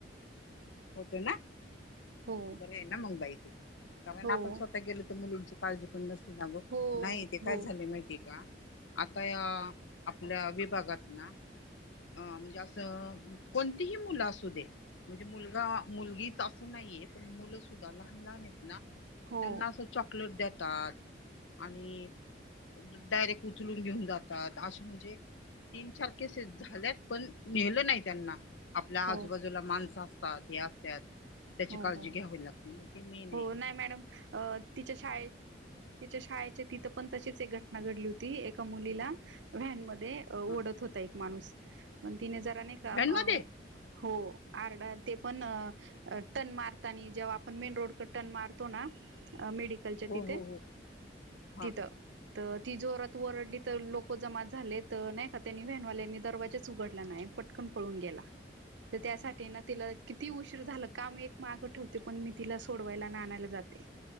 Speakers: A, on the left (about 85°); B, on the right (about 80°).
A: होतो ना,
B: हो
A: बरे आहे ना मग बाई, कारण
B: हो
A: आपण स्वतः गेलो तर मुलींची काळजी पण नसते ना गं,
B: हो
A: नाही ते
B: हो
A: काय झालेय माहितीय का? आता या आपल्या विभागात ना अ म्हणजे असं, कोणतीही मुलं असू दे म्हणजे मुलगा मुलगीच असं नाहीये, मुलं सुद्धा लहान लहान आहेत ना
B: हो
A: त्यांना असं चॉकलेट देतात, आणि डायरेक्ट उचलून घेऊन जातात असे म्हणजे, तीन चार केसेस झाल्यात पण, नेलं नाही त्यांना, आपल्या
B: हो
A: आजूबाजूला माणसं असतात हे असत्यात त्याची
B: हो
A: काळजी
B: हो
A: घ्यावी लागते, ते मेन य.
B: हो नाही मॅडम, अ तिच्या शाळेत तिच्या शाळेचे तिथं पण तशीच एक घटना घडली होती, एका मुलीला व्हॅन मध्ये ओढत
A: ह
B: होता एक माणूस,, पण तिने जरा नाही का
A: व्हॅन मध्ये
B: हो आरडा ते पण टन मारता नी जेव्हा आपण मेन रोडक टर मारतो ना मेडिक कलच्या
A: हो
B: तिथे
A: हो हो हा
B: तिथं. त ती जोरात वरडली तर लोक जमा झाले तर नाही का त्यांनी व्हॅनवाल्यांनी दरवाजाच उघडला नाही. पटकन पळून गेला.
A: ह <inaudible>
B: तर त्यासाठी ना तिला किती उशीर झालं काम एक मागं ठेवते पण मी तिला सोडवायला ना आणयला जाते